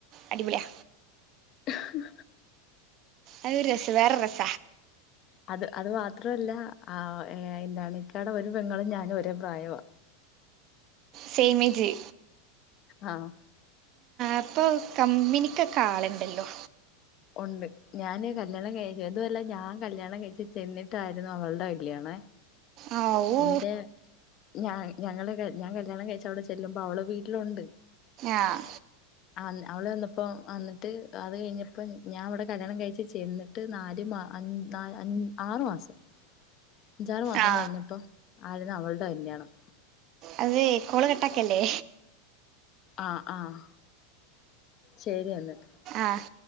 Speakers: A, on the right; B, on the left.
A: അടിപൊളിയ.
B: ക് ഉഹ്.
A: അതരു രസം വേറെ രസ.
B: അത് അത് മാത്രല്ല ആ എന്താണ്ക്കാടെ ഒരു പെങ്ങളും ഞാനും ഒരേ പ്രായ.
A: സേമേജ്
B: ആഹ്
A: അപ്പൊ കമ്പനിക്കൊക്കെ ആള്ണ്ടല്ലോ.
B: ഉണ്ട് ഞാൻ കല്യാണം കഴിച്ചു അതുമല്ല ഞാൻ കല്യാണം കഴിു ചെന്നിട്ടായിരുന്നു അവൾടെ കല്യാണ.
A: ആ ഊ
B: എന്റെ ഞ ഞങ്ങള് ഞാൻ കല്യാണം കഴിച്ച അവിടെ ചെല്ലുമ്പ അവള് വീട്ടിലുണ്ട്.
A: ആഹ്
B: ആ അവള് വന്നപ്പോ വന്നിട്ട് അത് കഴിഞ്ഞപ്പോ ഞാൻ അവിടെ കല്യാണം കഴിച്ചു ചെന്ന്. ട്ട് നാല് മ അ അ ആറ് മാസം. അഞ്ചാറു മാസം
A: ആ
B: കഴിഞ്ഞപ്പോ ആര്ന്ന് അവൾടെ കല്യാണം.
A: അത് കോള് കെട്ടാക്കല്ലേ
B: ആഹ് ആഹ് ശരി എന്ന
A: ആഹ്